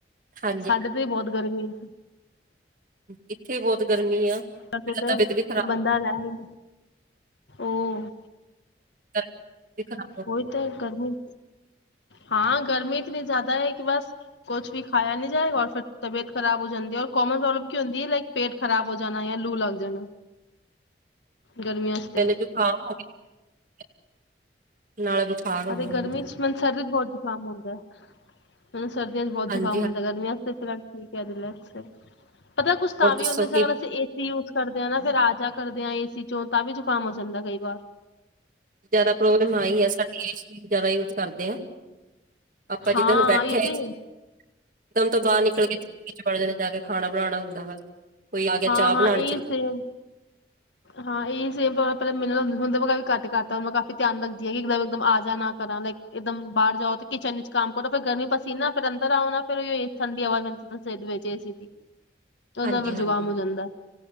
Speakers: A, on the right (about 50°); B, on the left (about 85°).
A: ਹਾਂਜੀ
B: ਸਾਡੇ ਤੇ ਵੀ ਬੌਤ ਗਰਮੀ ਏ।
A: ਇੱਥੇ ਬੌਤ ਗਰਮੀ ਆ। ਮੇਰਾ
B: ਐਦੇ ਤੇ
A: ਤਬੀਅਤ ਵੀ ਖਰਾਬ
B: ਬੰਦਾ ਰੈ ਹੀ ਨੀ ਓਹ
A: ਗਰਮੀ ਵੀ ਖਰਾਬ ਹੋ ਗਈ।
B: ਔਹੀ ਤਾਏ ਗਰਮੀ। ਹਾਂ, ਗਰਮੀ ਇਤਨੀ ਜੈਦਾ ਹੈ ਕਿ ਬਸ ਕੋਛ ਵੀ ਖਾਇਆ ਨੀ ਜਾਏਗਾ ਔਰ ਫੇਰ ਤਬੀਅਤ ਖਰਾਬ ਹੋ ਜਾਂਦੀ ਐ, ਔਰ ਕੋਮਨ ਪ੍ਰੋਬਲਮ ਕੀ ਹੁੰਦੀ ਏ ਲਾਈਕ ਪੇਟ ਖ਼ਰਾਬ ਹੋ ਜਾਨਾ ਯਾ ਲੂ ਲੱਗ ਜਾਣਾ। ਗਰਮੀਆਂ ਤੇ
A: ਪੈਲੇ ਜੋਖਾਮ ਹੋ ਗਿਆ। ਨਾਲ ਬੁਖਾਰ ਹੋ
B: ਐਤੇ
A: ਗਿਆ ਮੈਨੂੰ
B: ਗਰਮੀ ਚ ਮੈਨ ਸਰਦੀ ਚ ਬੌਤ ਜ਼ੁਕਾਮ ਹੁੰਦੈ। ਹੂੰ ਸ ਸਰਦੀਆਂ ਚ ਬੌਤ
A: ਹਾਂਜੀ
B: ਜ਼ੁਕ਼ਾਮ
A: ਹਾਂ
B: ਹੁੰਦੈ ਗਰਮੀਆਂ ਚ ਤੇ ਫਿਲਾਲ ਠੀਕ ਹੈ, ਰੀਲੈਕਸ ਹੈ। ਪਤਾ ਕੁਛ ਤਾਂ
A: ਹੋਰ
B: ਵੀ
A: ਦੱਸੋ
B: ਹੁੰਦੈ ਜਿਸਤਾ
A: ਕਿ
B: ਅਸੀ ਅਗਰ ਏਸੀ ਯੂਸ ਕਰਦੇ ਆਂ ਨਾ ਫੇਰ ਆ ਜਾ ਕਰ ਦੇ ਆ ਏਸੀ ਚੋਂ ਤਾਂ ਵੀ ਜ਼ੁਕਾਮ ਹੋ ਜਾਂਦੈ ਕਈ ਵਾਰ।
A: ਜੈਦਾ ਪ੍ਰੋਬਲਮ ਆਈ ਹੈ ਸਾਡੀ ਏ ਸੀ ਜੈਦਾ ਯੂਜ ਕਰਦੇ ਆਂ। ਆਪਾਂ
B: ਹਾਂ
A: ਜਿੱਦਾਂ ਹੁਣ ਬੈਠੇ,
B: ਇਹ
A: ਇਕਦਮ
B: ਤੇ
A: ਤੋਂ ਬਾਰ ਨਿਕਲ ਗੇ। ਵਿਚ ਬੜ ਜਾਂਦੇ ਜਾ ਕੇ ਖਾਣਾ ਬਣਾਣਾ ਹੁੰਦਾ ਵਾ। ਕੋਈ ਆ ਗਿਆ
B: ਹਾਂ
A: ਚਾ
B: ਹਾਂ
A: ਬਣਾਣ
B: ਇਹ
A: ਚਲ
B: ਸੇਮ ਹਾਂ, ਏਹੀ ਸੇਮ ਵ ਪਰੇ ਮਿਲੋ ਹੁੰ ਤੇ ਮੈਂ ਵੀ ਘੱਟ ਕਰਤਾ ਮੈਕਾ ਆਪੇ ਧਿਆਨ ਰੱਖਦੀ ਹੈਗੀ ਇਕਦਮ ਇਕਦਮ ਆ ਜਾ ਨਾ ਕਰਾਂ ਲਾਈਕ ਈਦਮ ਬਾਰ ਜਾਓ ਤੇ ਕਿਚਨ ਈਚ ਕੰਮ ਕਰੋ ਫੇਰ ਗਰਮੀ ਪਸੀਨਾ ਫੇਰ ਅੰਦਰ ਆਉ ਨਾ ਫੇਰ ਓਈਓ ਠੰਡੀ ਹਵਾ <unintelligible> ਸੇ ਵਿੱਚ ਏ ਸੀ ਦੀ। ਤੇ ਔਦੇਨਾ
A: ਹਾਂਜੀ
B: ਫੇਰ
A: ਹਾਂਜੀ
B: ਜ਼ੁਕਾਮ ਹੋ ਜਾਂਦੈਂ।